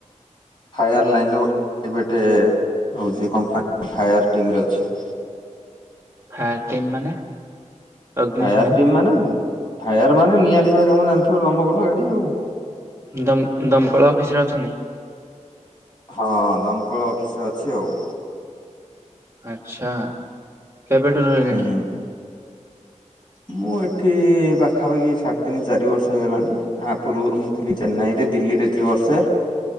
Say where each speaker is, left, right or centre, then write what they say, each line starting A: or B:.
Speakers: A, on the left (about 35°); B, on the right (about 20°).
A: ଫାୟାର ଲାଇନ୍ ଗୋଟେ ପ୍ରାଇଭେଟେ ହଉଛି କମ୍ପାନୀ ଫାୟାର ଟିମିରେ ଅଛି।
B: ଫାୟାର ଟିମ୍ ମାନେ? ଅଗ୍ନିଶମ
A: ଫାୟାର ଟିମ୍ ମାନେ ଫାୟାର ମାନେ ନିଆଁ ଲିଭା କାମ ଜାଣିଥିବ ଦମକୋଳ ଗାଡି ଆଉ।
B: ଦମ୍ ଦମକଳ ଅଫିସରେ ଅଛନ୍ତି?
A: ହଁ ଦମକଳ ଅଫିସରେ ଅଛି ଆଉ।
B: ଆଛା କେବେଠୁ ରହିଲେଣି?
A: ହୁଁ ମୁଁ ଏଠି ପାଖାପାଖି ସାଢ଼େ ତିନି ଚାରି ବର୍ଷ ହେଇଗଲାଣି। ଆ ପୂର୍ବରୁ ମୁଁ ଥିଲି ଚେନ୍ନାଇରେ ଦିଲ୍ଲୀରେ ଥିଲି ବି ବର୍ଷେ।